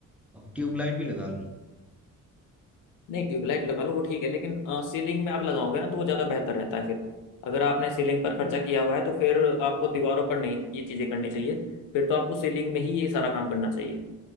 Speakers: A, in the centre; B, on the left (about 75°).
A: ट्यूबलाइट भी लगा लूँ
B: नहीं ट्यूबलाइट लगा लो वो ठीक है लेकिन अ, सीलिंग में आप लगाओगे ना तो वो ज़्यादा बेहतर रहता है फिर अगर आपने सीलिंग पर खर्चा किया हुआ है तो फिर आपको दीवारों पर नहीं ये चीज़ें करनी चाहिए फिर तो आपको सीलिंग में ही ये सारा काम करना चाहिए